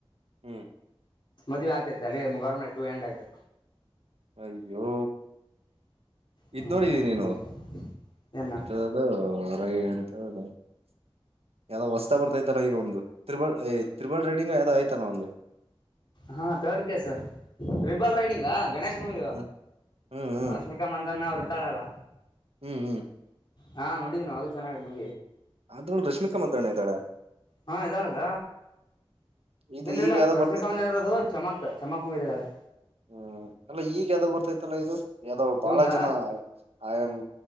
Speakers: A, on the right; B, on the left.
A: ಹ್ಮ್
B: ಮದ್ ಆಗ್ತತೆ ಅಲ್ಲಿಗೆ ಮುಗಾರಳೆ ಟು ಎಂಡ್ ಆಯ್ತು
A: ಅಯ್ಯೋ
B: ಹ್ಮ್
A: ಇದ ನೋಡಿದೀನಿ ನೀನು
B: ಏನ
A: ಎತದ ಅದು ರಾಗಿ ಹಳ್ತದು ಯಾವ್ದ್ ಹೊಸ್ತ ಬರ್ತೈತಲ್ಲ ಈಗ ಒಂದು ತ್ರಿಬಲ್ ತ್ರಿಬಲ್ ರೈಡಿಂಗ್ ಯಾವ್ದ್ ಆಐ್ತಲ್ಲ ಒಂದು
B: ಹಾ ತಡ್ ಕೆಸ ಟ್ರಿಬಲ್ ರೈಡಿಂಗಾ ಗಣೇಶ್ ಮೂವಿ
A: ಹ್ಮ್ ಹ್ಮ್ ಹ್ಮ್
B: ರಶ್ಮಿಕಾ ಮಂದನ್ ಅವ್ರು ಇರ್ತಾಳಲ್ಲ
A: ಹ್ಮ್ ಹ್ಮ್
B: ಹಾ ನೋಡಿದ್ದ ನ ಅದು ಚೆನ್ನಾಗಿ ನೋ
A: ಅದ್ರಳ ರಶ್ಮಿಕಾ ಮಂತ್ರಣಯತಾಳೆ
B: ಹಾ ಇದಾಗಲ್ಲ
A: ಇದು
B: ಇಲ್ಲ ಇಲ್ಲ
A: ಈಗ ಯಾವ್ದೋ
B: ರಶ್ಮಿಕಾ
A: ಬರ್ತೈತ್ತಲ್ಲ
B: ಮನ ಇರೋದು ಚಮಕ್ ಚಮಕ್ ಮೀಲಿದ್ದಾಳೆ
A: ಹ್ಮ್ ಅಲ್ಲ ಈಗ ಯ್ದ್ ಬರ್ತೈತಲ್ಲ ಇದು ಯ್ದೋ ಬಹಳ
B: ಇವಂದ
A: ಜನ ಆಮ್